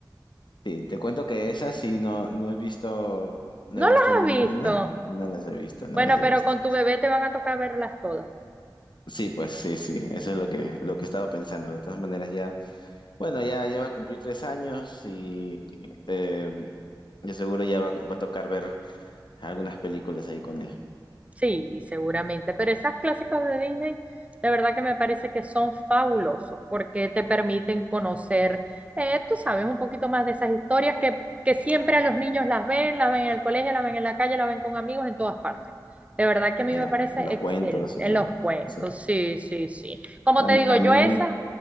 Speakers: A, on the left; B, on the right.
A: Sí, te cuento que esas sí no, no he visto, no
B: ¿No
A: he visto
B: las
A: ninguna,
B: has visto?
A: no las he visto, no
B: Bueno,
A: las he
B: pero
A: visto.
B: con tu bebé te van a tocar verlas todas.
A: Sí, pues sí, sí, eso es lo que, lo que estaba pensando. De todas maneras, ya, bueno, ya, ya va a cumplir tres años y eh, yo seguro ya va, va a tocar ver algunas películas ahí con él,
B: Sí, y seguramente, pero esas clásicos de Disney, de verdad que me parece que son fabulosos porque te permiten conocer, eh, tú sabes, un poquito más de esas historias que, que siempre a los niños las ven, las ven en el colegio, las ven en la calle, las ven con amigos en todas partes. De verdad que a mí
A: en
B: me
A: los,
B: parece
A: en los
B: excelente
A: cuentos y todo.
B: en los cuentos,
A: Sí.
B: sí, sí, sí. Como
A: A
B: te
A: mí,
B: digo,
A: a
B: yo
A: mí,
B: esas